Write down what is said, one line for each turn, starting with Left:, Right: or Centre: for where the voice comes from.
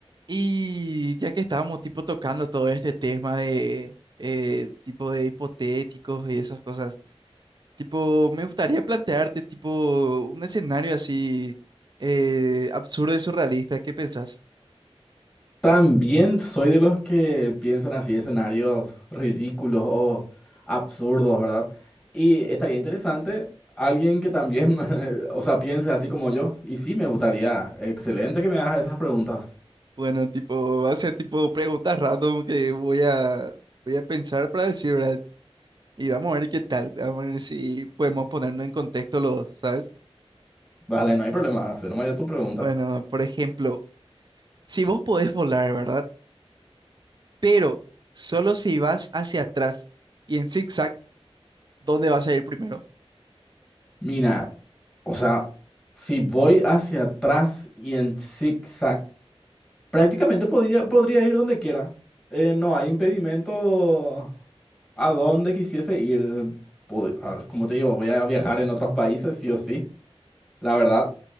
Right: Y ya que estábamos tipo tocando todo este tema de eh, tipo de hipotéticos y esas cosas, tipo, me gustaría plantearte tipo un escenario así eh, absurdo y surrealista, ¿qué pensás?
Centre: También soy de los que piensan así escenarios ridículos o absurdos, ¿verdad? Y estaría interesante alguien que también, <laughs> o sea, piense así como yo. Y sí, me gustaría. Excelente que me hagas esas preguntas.
Right: Bueno, tipo, va a ser tipo preguntas random que voy a, voy a pensar para decir, ¿verdad? Y vamos a ver qué tal, vamos a ver si podemos ponernos en contexto los, ¿sabes?
Centre: Vale, no hay problema, hacer nomás ya tu pregunta.
Right: Bueno, por ejemplo, si vos podés volar, ¿verdad? pero solo si vas hacia atrás y en zigzag, ¿dónde vas a ir primero?
Centre: Mira, o sea, si voy hacia atrás y en zigzag. Prácticamente podía, podría ir donde quiera. Eh, no hay impedimento a donde quisiese ir. Po- a Como te digo, voy a viajar en otros países, sí o sí, la verdad.